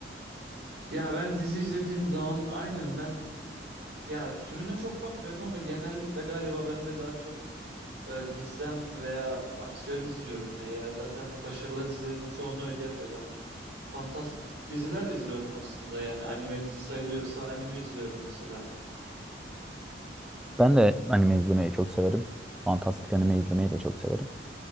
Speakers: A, on the right; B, in the centre.
A: Ya ben dizi izlediğim zaman aynen ben Ya türüne çok bakmıyorum ama genellikle galiba ben de daha çok e, gizem veya aksiyon izliyorum ya. Ya zaten başarılı dizilerin çoğunu öyle yapıyorlar. Fantastik diziler de izliyorum aslında. Yani anime dizi sayılıyorsa anime izliyorum mesela.
B: Ben de anime izlemeyi çok severim. Fantastik anime izlemeyi de çok severim.